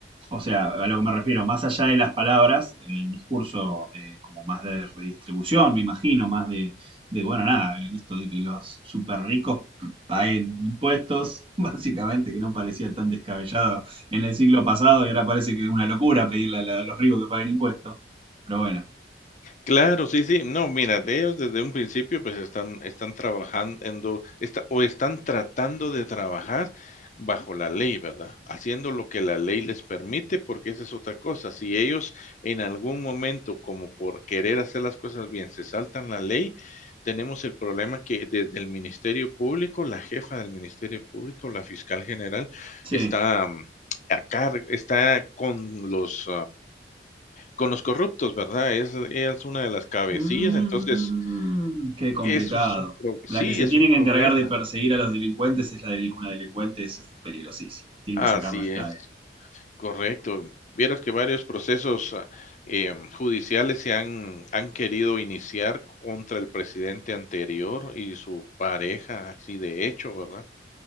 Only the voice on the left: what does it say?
Claro, sí, sí. No, mira, de ellos desde un principio, pues están, están trabajando está- o están tratando de trabajar bajo la ley, ¿verdad? Haciendo lo que la ley les permite, porque esa es otra cosa. Si ellos en algún momento, como por querer hacer las cosas bien, se saltan la ley, tenemos el problema que desde el Ministerio Público, la jefa del Ministerio Público, la fiscal general,
está, mm, a car- está con los... Con los corruptos, ¿verdad? Es es una de las cabecillas,
entonces,
eso es un pro sí,
es
un problema.
Así
es,
correcto. Vieras que varios procesos, ah, em, judiciales se han han querido iniciar contra el presidente anterior y su pareja, así de hecho, ¿verdad?